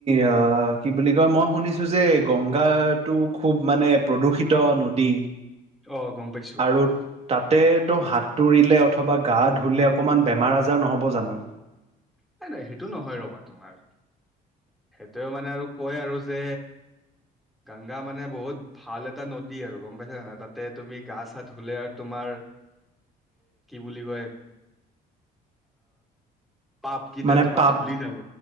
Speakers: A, on the right; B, in the centre.
A: অ কি বুলি কয় মই শুনিছো যে গংগাটো খুব মানে প্ৰদূষিত নদী
B: অ গম পাইছো।
A: আৰু তাতে টো সাঁতুৰিলে অথবা গা ধুলে অকমান বেমাৰ আজাৰ নহ'ব জানো।
B: নাই নাই সেইটো নহয় ৰবা তোমাৰ সেইটোয়ে মানে আৰু কয় আৰু যে গংগা মানে বহুত ভাল এটা নদী আৰু গম পাইছা নাই তাতে তুমি গা চা ধুলে আৰু তোমাৰ বুলি কয় পাপকেইটা
A: মানে
B: তোমাৰ
A: পাপ
B: ধলি যাব